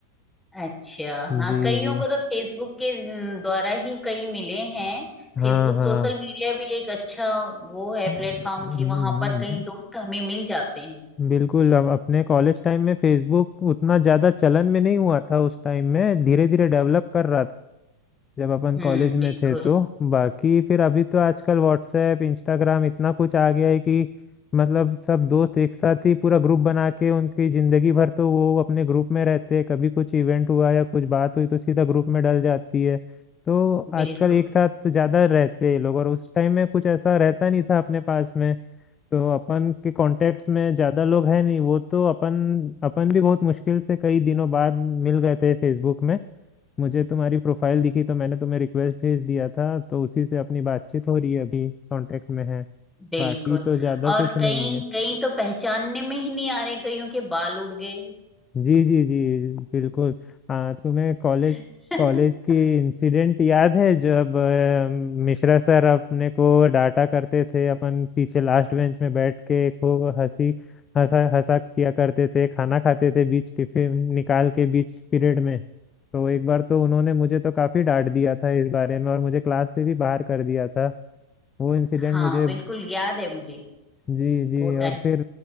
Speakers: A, in the centre; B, on the left (about 20°).
A: अच्छा हाँ
B: जी
A: कईयों
B: जी
A: को तो फेसबुक के न, द्वारा ही कई मिले हैं
B: हाँ
A: फेसबुक
B: हाँ
A: सोशल मीडिया भी एक अच्छा वो है
B: हम्म,
A: प्लेटफॉर्म की वहां पर कई दोस्त हमें मिल जाते हैं
B: बिल्कुल अब अपने कॉलेज टाइम में फेसबुक उतना ज़्यादा चलन में नहीं हुआ था उस टाइम में धीरे धीरे डेवलप कर रहा था जब अपन
A: हम्म
B: कॉलेज में
A: बिल्कुल
B: थे तो बाकी फिर अभी तो आजकल व्हाट्सएप इंस्टाग्राम इतना कुछ आ गया है कि मतलब सब दोस्त एक साथ ही पूरा ग्रुप बना के उनकी ज़िंदगी भर तो वो अपने ग्रुप में रहते हैं कभी कुछ इवेंट हुआ या कुछ बात हुई तो सीधा ग्रुप में डल जाती है तो
A: बिल्कुल
B: आजकल एक साथ ज़्यादा रहते हैं लोग और उस टाइम में कुछ ऐसा रहता नहीं था अपने पास में तो अपन के कॉन्टेक्ट्स में ज्यादा लोग हैं नहीं वो तो अपन अपन भी बहुत मुश्किल से कई दिनों बाद मिल गए थे फेसबुक में मुझे तुम्हारी प्रोफाइल दिखी तो मैंने तुम्हें रिक्वेस्ट भेज दिया था तो उसी से अपनी बातचीत हो रही है अभी कांटेक्ट में है
A: बिल्कुल
B: बाकी तो ज्यादा
A: और
B: कुछ नहीं
A: कई
B: है
A: कई तो पहचानने में ही नहीं आ रहे कईयों के बाल उड़ गए
B: जी जी जी बिल्कुल हाँ तुम्हें कॉलेज
A: <laughs>
B: कॉलेज की इंसिडेंट याद है जब अ, मिश्रा सर अपने को डांटा करते थे अपन पीछे लास्ट बेंच में बैठ के खूब हंसी हंसा हंसा किया करते थे खाना खाते थे बीच टिफिन निकाल के बीच पीरियड में तो एक बार तो उन्होंने मुझे तो काफी डांट दिया था इस बारे में और मुझे क्लास से भी बाहर कर दिया था वो इंसिडेंट
A: हाँ
B: मुझे
A: बिल्कुल याद है मुझे
B: जी जी
A: वो
B: और
A: टाइम
B: फिर